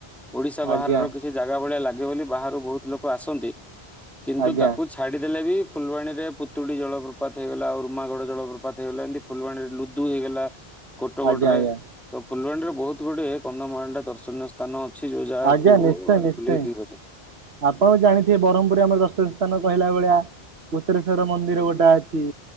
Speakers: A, in the centre; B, on the right (about 85°).
A: ଓଡ଼ିଶା
B: ଆଜ୍ଞା
A: ବାହାରର
B: ଆଜ୍ଞା।
A: କିଛି ଜାଗା ଭଳିଆ ଲାଗେ ବୋଲି ବାହାରୁ ବହୁତ ଲୋକ ଆସନ୍ତି କିନ୍ତୁ
B: ଆଜ୍ଞା
A: ତା ଛାଡ଼ି ଦେଲେ ବି ଫୁଲବାଣୀରେ ପୁତୁଡ଼ି ଜଳପ୍ରପାତ ହେଇଗଲା ଉୁମାଗଡ଼ ଜଳପ୍ରପାତ ହେଇଗଲା ଏମିତି ଫୁଲବାଣୀରେ ଲୁଦୁ ହେଇଗଲା। କୋଟଗଡ
B: ଆଜ୍ଞା
A: ରେ ତ ଫୁଲବାଣୀରେ ବହୁତ ଗୁଡେ କନ୍ଧମାଳ ଦର୍ଶନୀୟ ସା ସ୍ଥାନ ଅଛି ଯୋଉ ଜାଗହାକୁ
B: ଆଜ୍ଞା ନିଶ୍ଚୟ ନିଶ୍ଚୟ।
A: ବୁଲିକି ଦେଇପାରିବ।
B: ଆପଣ ଜାଣିଥିବେ ବ୍ରହ୍ମପୁରୀ ଆମ ଦର୍ଶନ ସ୍ଥାନ କହିଲା ଭଳିଆ ମୁତ୍ରେଶ୍ଵର ମନ୍ଦିର ଗୋଟା ଅଛି